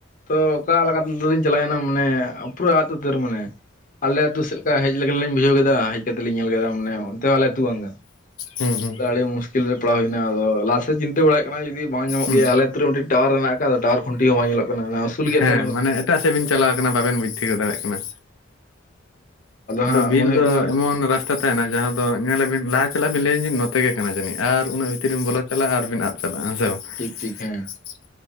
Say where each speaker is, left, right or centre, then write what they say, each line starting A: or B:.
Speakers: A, on the left; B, on the left.
A: ᱛᱚ ᱚᱠᱟ ᱞᱮᱠᱟᱛᱼᱼ ᱛᱤᱧ ᱪᱟᱞᱟᱣᱮᱱᱟ ᱢᱟᱱᱮ ᱯᱩᱨᱟᱹ ᱟᱫ ᱩᱛᱟᱹᱨ ᱟᱠᱟᱱᱟᱹᱧ ᱾ ᱟᱞᱮ ᱟᱹᱛᱩ ᱥᱮᱫ ᱞᱮᱠᱟ ᱦᱮᱡ ᱞᱮᱠᱟ ᱞᱤᱧ ᱵᱩᱡᱷᱟᱹᱣ ᱠᱮᱫᱟ, ᱦᱮᱡ ᱠᱟᱛᱮᱞᱤᱧ ᱧᱮᱞ ᱠᱮᱫᱟ ᱢᱟᱱᱮᱼᱼ ᱟᱞᱮ ᱟᱛᱩ ᱵᱟᱝ ᱠᱟᱱᱟ,
B: ᱦᱩᱸ ᱦᱩᱸ
A: ᱛᱟᱦᱞᱮ ᱟᱹᱰᱤ ᱢᱩᱥᱠᱤᱞ ᱨᱮ ᱯᱟᱲᱟᱣ ᱦᱩᱭᱱᱟ ᱟᱫᱚ ᱾ ᱥᱮ ᱪᱤᱱᱛᱟᱹ ᱵᱟᱲᱟᱭᱮᱫ ᱠᱟᱱᱟᱭ ᱡᱩᱫᱤ ᱵᱟᱝ ᱧᱟᱢᱚᱜ
B: ᱦᱩᱸ
A: ᱜᱮᱭᱟ ᱟᱞᱮ ᱟᱛᱩ ᱨᱮ ᱢᱤᱫ ᱴᱤᱡ ᱴᱟᱣᱟᱨ ᱢᱮᱱᱟᱜ ᱟᱠᱟᱫᱟ ᱴᱟᱣᱟᱨ ᱠᱷᱩᱱᱴᱤ ᱦᱚᱸ ᱵᱟᱝ ᱧᱮᱞᱚᱜ <unintelligible> ᱩᱥᱩᱞ ᱜᱮᱭᱟᱛᱚ
B: ᱦᱮᱸ
A: ᱚᱱᱟ ᱫᱚ᱾
B: ᱢᱟᱱᱮ ᱮᱴᱟᱜ ᱥᱮᱫ ᱵᱤᱱ ᱪᱟᱞᱟᱣ ᱠᱟᱱᱟ ᱵᱟᱵᱮᱱ ᱵᱩᱡ ᱛᱤᱭᱟᱹᱜ ᱫᱟᱲᱮᱜ ᱠᱟᱱᱟ᱾ ᱟᱫᱚ
A: ᱦᱟᱸᱜ
B: ᱵᱤᱨ
A: ᱢᱚᱱᱮ ᱦᱩᱭᱩᱜ
B: ᱫᱚ
A: ᱠᱟᱱᱟ
B: ᱮᱢᱚᱱ ᱨᱟᱥ ᱛᱟ ᱛᱟᱦᱮᱱᱟ ᱡᱟᱦᱟᱸ ᱫᱚ ᱧᱮᱞᱟᱵᱤᱱ ᱞᱟᱦᱟ ᱪᱟᱞᱟᱜ ᱟᱵᱤᱱ ᱞᱟᱹᱭᱟᱵᱤᱱ ᱡᱮ ᱱᱚᱛᱮ ᱜᱮ ᱠᱟᱱᱟ ᱡᱟᱹᱱᱤᱡ ᱟᱨ ᱩᱱᱟᱹᱜ ᱵᱷᱤᱛᱤᱨ ᱵᱤᱱ ᱵᱚᱞᱚ ᱪᱟᱞᱟᱜ-ᱟ ᱟᱨ ᱵᱤᱱ ᱟᱫ ᱪᱟᱞᱟᱜ-ᱟ ᱦᱮᱸ ᱥᱮ ᱵᱟᱝ?
A: ᱴᱷᱤᱠ ᱴᱷᱤᱠ ᱦᱮᱸ᱾
B: <inaudible>